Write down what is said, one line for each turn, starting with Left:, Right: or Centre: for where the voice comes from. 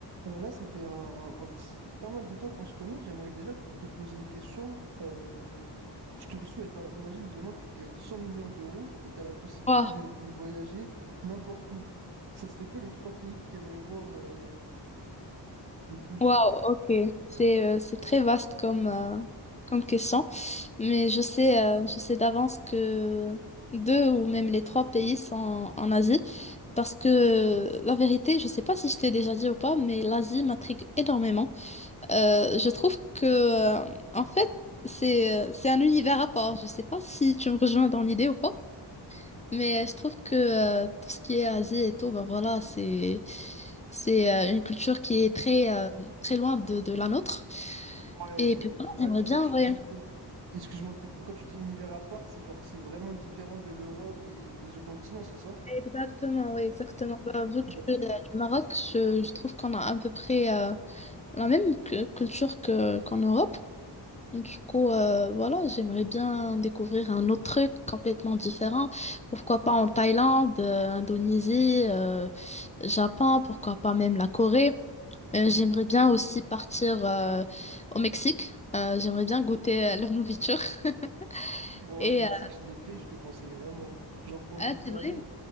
Right: Euh, là, ça fait un, un- un petit- pas mal de temps qu'on se connaît. J'aimerais déjà te poser une question. Euh, je te le souhaite, hein. Imagine demain, tu gagnes 100 millions d'euros et tu as la possibilité
Left: Waouh,
Right: de, de voyager n'importe où. Ça serait quoi les trois pays que tu aimerais voir euh, le plus?
Left: waouh, ok. C'est euh, c'est très vaste comme, euh, comme question. Mais je sais, euh, je sais d'avance que deux ou même les trois pays sont en Asie. Parce que euh, la vérité, je sais pas si je t'ai déjà dit ou pas, mais l'Asie m'intrigue énormément. Euh, je trouve que, euh, en fait, c'est, euh, c'est un univers à part. Je sais pas si tu me rejoins dans l'idée ou pas. Mais euh, je trouve que euh, tout ce qui est Asie et tout, bah voilà, c'est c'est euh, une culture qui est très euh, très loin de, de la nôtre.
Right: Ouais,
Left: Et puis voilà,
Right: bah,
Left: j'aimerais
Right: quand
Left: bien,
Right: tu
Left: ouais.
Right: dis, quand- excuse-moi, de te couper, quand tu dis univers à part, c'est genre que c'est vraiment différent de l'Europe et des autres continents, c'est ça?
Left: Exactement, oui, exactement. Bah, vu
Right: Ouais,
Left: que je
Right: je suis
Left: suis euh, du Maroc, je, je trouve qu'on a à peu près euh, la même cu- culture que qu'en Europe. Du coup, euh, voilà, j'aimerais bien découvrir un autre truc complètement différent. Pourquoi pas en Thaïlande, euh, Indonésie, euh, Japon, pourquoi pas même la Corée. Euh, j'aimerais bien aussi partir euh, au Mexique. Euh, j'aimerais bien goûter euh, leur nourriture. <laughs>
Right: d'accord.
Left: Et
Right: Ouais, Mexique,
Left: euh,
Right: je l'ai fait, je te conseille vraiment. Genre, quand
Left: ah,
Right: j'y étais
Left: c'est vrai?
Right: allé,